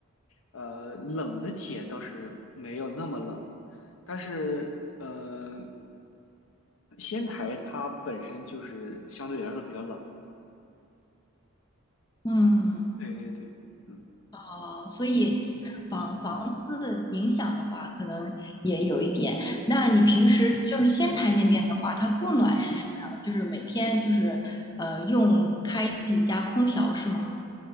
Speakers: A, on the left (about 70°); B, on the left (about 20°).
A: 呃，冷的体验倒是没有那么冷，但是呃，仙台它本身就是相对来说比较冷。
B: 嗯。
A: 对对对，嗯
B: 哦，所以
A: 嗯嗯
B: 房房子影响的话，可能也有一点。那你平时就是仙台那边的话，
A: 嗯嗯
B: 它供暖是什么样的？
A: 嗯，
B: 就是每天就是呃用开自己家空调是吗？
A: 哦。